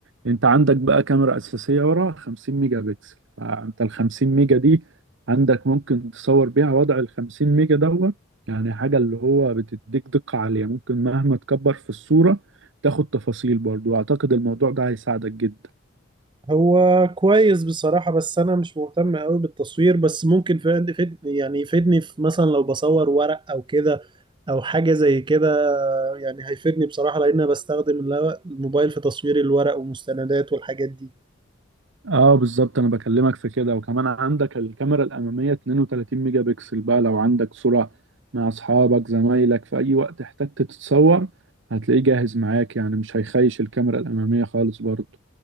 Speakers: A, on the right; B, on the right.
A: انت عندك بقى كاميرا أساسية ورا 50 ميجا بكسل فانت ال 50 ميجا دي عندك ممكن تصور بيها وضع ال 50 ميجا دوت يعني حاجة اللي هو بتديك دقة عالية ممكن مهما تكبر في الصورة تاخد تفاصيل برضو أعتقد الموضوع ده هيساعدك جدا
B: هو كويس بصراحة بس أنا مش مهتم أوي بالتصوير بس ممكن فيد فيد- يعني يفيدني في مثلا لو بصور ورق أو كده أو حاجة زي كده يعني هيفيدني بصراحة لأن أنا بستخدم الل- الموبايل في تصوير الورق والمستندات والحاجات دي
A: اه بالظبط انا بكلمك في كده وكمان عندك الكاميرا الاماميه 32 ميجا بكسل بقى لو عندك صوره مع اصحابك زمايلك في اي وقت احتجت تتصور هتلاقيه جاهز معاك يعني مش هيخيش الكاميرا الاماميه خالص برضو